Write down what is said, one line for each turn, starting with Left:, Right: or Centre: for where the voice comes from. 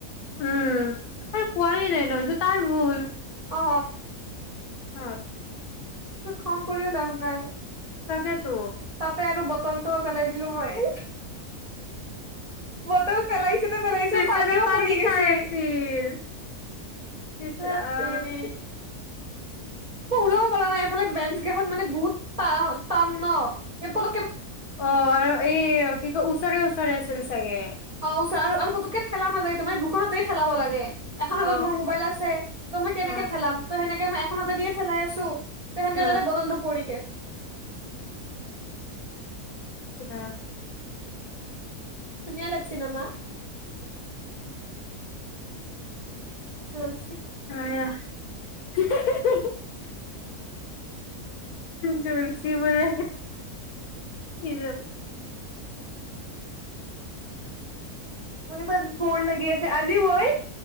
Left: উম পোৱাই নাই নয়টো তাৰ ভুল
Right: অ
Left: অ
Right: খং কৰিও লাভ নাই
Left: তাকেতো
Right: তাতে আৰু বটলটো পেলাই দিলো মই মতৰ পেলাইছোতে পেলাইছো
Left: বেচেৰা
Right: পানীও
Left: পানী
Right: পৰি গৈছে
Left: খাই আছিল ইচ
Right: হ
Left: ৰাম
Right: তেনে ওলাব পৰা নাই এইফালে বেঞ্চ কেইখন মানে বহুত টান ন প
Left: অ আৰু এই কি ক ওচৰে ওচৰে আছিল চাগে
Right: অ ওচৰ আৰু পুকেঠেলা নাযায় তোমাৰ দুখনতেই ঠেলাব লাগে এখন
Left: অ
Right: হাতত মোৰ মোবাইল আছে ত মই কেনেকে
Left: অ
Right: ঠেলাম ত সেনেকে মই অ দিয় চেলাই আছো ততে
Left: অ
Right: বদলটো পৰী গ'ল
Left: নিচ
Right: পুন্যালক্ষীণমা চল
Left: অ জ চি বলে এ
Right: ব ফৰ লাগি আছে আজি বই